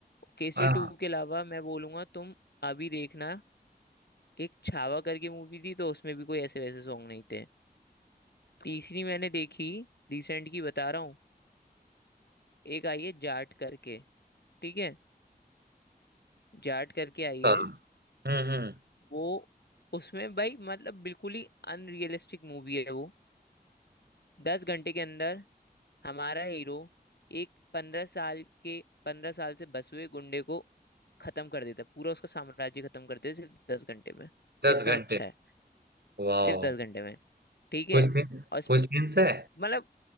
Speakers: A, on the left; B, on the right.
A: केसरी
B: आ,
A: टू के अलावा मैं बोलूंगा तुम अभी देखना एक छावा करके मूवी थी तो उसमें भी कोई ऐसे वैसे सॉन्ग नहीं थे तीसरी मैंने देखी रिसेंट की बता रहा हूँ एक आई है जाट करके ठीक है जाट करके आई
B: आ,
A: है
B: हम्म हम्म
A: वो उसमें भाई मतलब बिल्कुल ही अनरियलिस्टिक मूवी है वो दस घंटे के अंदर हमारा हीरो एक पंद्रह साल के पंद्रह साल से बस हुए गुंडे को खत्म कर देता है पूरा उसका साम्राज्य खत्म कर देता है सिर्फ दस घंटे में
B: दस
A: इतना
B: घंटे
A: अच्छा है
B: वाह
A: सिर्फ दस घंटे में ठीक है
B: कोई सेंस
A: और इस-
B: कोई सेंस है
A: मतलब